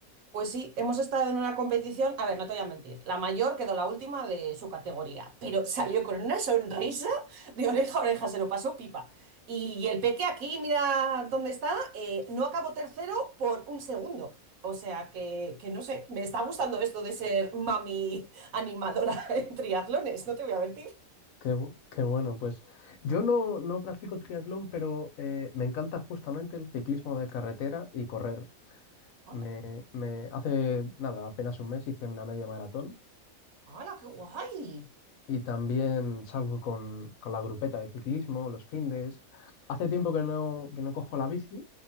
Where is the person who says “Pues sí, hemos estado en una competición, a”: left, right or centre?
Right